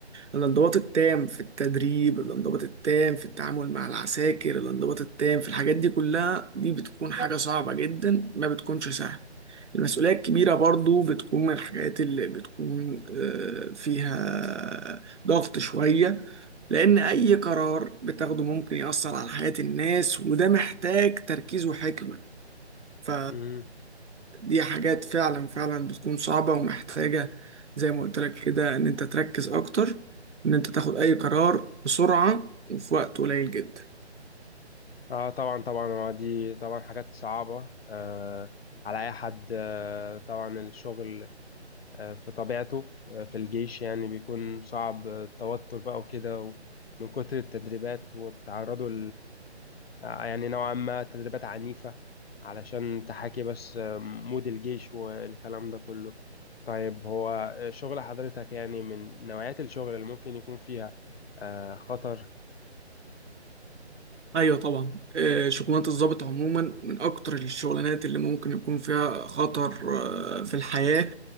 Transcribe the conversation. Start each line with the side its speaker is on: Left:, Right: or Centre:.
Right: الانضباط التام في التدريب الانضباط التام في التعامل مع العساكر الانضباط التام في الحاجات دي كلها دي بتكون حاجة صعبة جدا ما بتكونش سهلة المسؤولية الكبيرة برضو بتكون من الحاجات اللي بتكون آه، فيها ضغط شوية لأن أي قرار بتاخده ممكن يأثر على حياة الناس وده محتاج تركيز وحكمة ف
Left: مهم.
Right: دي حاجات فعلا فعلا بتكون صعبة ومحتاجة زي ما قلت لك كده ان انت تركز اكتر ان انت تاخد اي قرار بسرعة وفي وقت قليل جدا
Left: اه طبعا طبعا هو دي طبعا حاجات صعبة آه على اي حد آه طبعا الشغل آه في طبيعته آه في الجيش يعني بيكون صعب آه، التوتر بقى وكده و- من كتر التدريبات وبتعرضوا آه، يعني نوعا ما تدريبات عنيفة علشان تحاكي بس آه، مود الجيش والكلام ده كله طيب هو شغل حضرتك يعني من نوعيات الشغل اللي ممكن يكون فيها آه، خطر
Right: ايوه طبعا آه، شغلانة الضابط عموما من اكتر الشغلانات اللي ممكن يكون فيها خطر آه، في الحياة